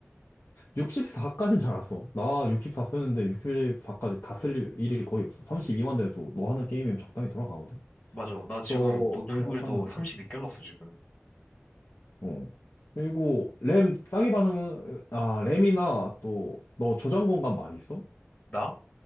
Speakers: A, on the left; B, on the left.
A: 64까지는 잘 안 써. 나 64 쓰는데 64까지 다 쓸 일이 거의 없어. 32만 돼도 너 하는 게임이면 적당히 돌아가거든.
B: 맞아, 나 지금
A: 그래서
B: 노트북에도
A: 거기서 사면
B: 32
A: 돼.
B: 껴놨어, 지금.
A: 어. 그리고 램 싸게 받는 아 램이나 또 너 저장 공간 많이 있어?
B: 나?